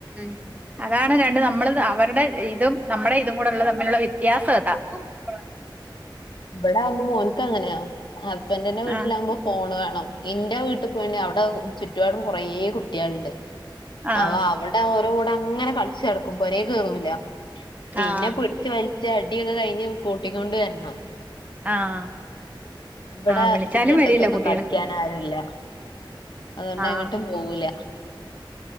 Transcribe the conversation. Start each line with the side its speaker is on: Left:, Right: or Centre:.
Right: മ് അതാണ് രണ്ട് നമ്മൾ അവരുടെ ഇതും നമ്മുടെ ഇതും കൂടെള്ള തമ്മിലുള്ള വ്യത്യാസം അത് പൂന്ന് പോറണ്ട <unintelligible>
Left: ഇവിടെ ആകുമ്പോ മോനക്ക് അങ്ങനെയാാഹസ്ബന്റിന്റെ വീട്ടിലാകുമ്പോ
Right: ആഹ്
Left: ഫോൺ വേണം എന്റെ വീട്ടിൽ പോയിണെ അവിടെ ചുറ്റുപാടും കുറേ കുട്ടികളുണ്ട്
Right: ആഹ്
Left: ആ അവിടെ ഓരോ കൂടെ അങ്ങനെ കളിച്ച നടക്കും പോരെ കേറൂല പിന്നെ
Right: ആഹ്
Left: പിടിച്ച് വലിച്ചടിച്ചു കൂട്ടിക്കൊണ്ട് വരണം
Right: ആഹ്
Left: ഇവിടെ
Right: ആഹ് വിളിച്ചാലും
Left: ചുറ്റുവട്ടത്തൊന്നും
Right: വരില്ല കുട്ടികള്
Left: കളിക്ക്യൻ ആരുല്ല അതുകൊണ്ട്
Right: ആഹ്
Left: എങ്ങട്ടും പോവൂല